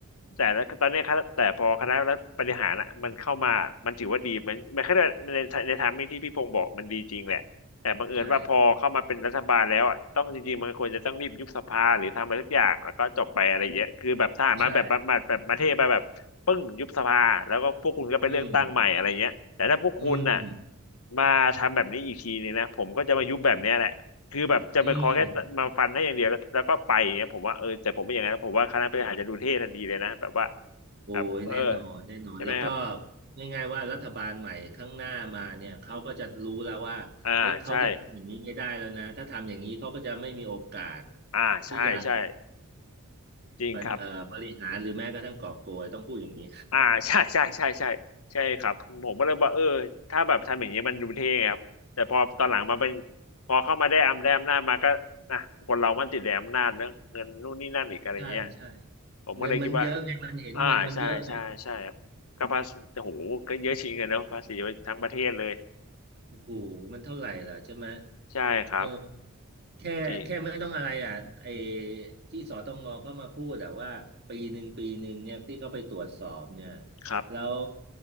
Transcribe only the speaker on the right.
ใช่ใช่อืมอืม
อืม โอ้ยแน่นอนแน่นอนแล้วก็
ง่ายๆว่ารัฐบาลใหม่ข้างหน้ามาเนี่ยเขาก็จะรู้แล้วว่าเอ้ยเขาจะทำอย่างนี้ไม่ได้แล้วนะถ้าทำอย่างนี้เขาก็จะไม่มีโอกาส
ที่จะ
ปะเอ่อบริหารหรือแม้กระทั่งกอบโกยต้องพูดอย่างนี้
ใช่ใช่
เงินมันเยอะไงมันเห็นเงินมันเยอะไง
โอ้โหมันเท่าไหร่ล่ะใช่ไหม
เออ แค่แค่ไม่ต้องอะไรอ่ะไอ้
ที่สตงก็มาพูดแต่ว่าปีหนึ่งปีหนึ่งเนี่ยที่เขาไปตรวจสอบเนี่ย
แล้ว